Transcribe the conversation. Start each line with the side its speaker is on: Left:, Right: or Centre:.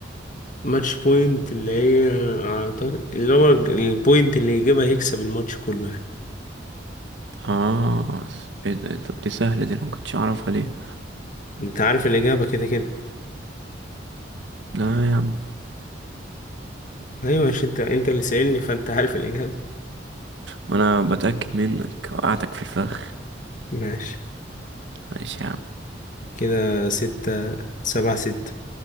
Left: ماتش بوينت اللي هي أعتقد اللي هو البوينت اللي يجيبها يكسب الماتش كله يعني
Right: آه إيه ده طب دي سهلة دي أنا ما كنتش أعرفها ليه
Left: انت عارف الإجابة كده كده
Right: لا يا عم
Left: أيوة مش انت انت اللي سألني فانت عارف الإجابة
Right: ما أنا بتأكد منك وقعتك في الفخ
Left: ماشي
Right: ماشي يا عم
Left: كده ستة سبعة ستة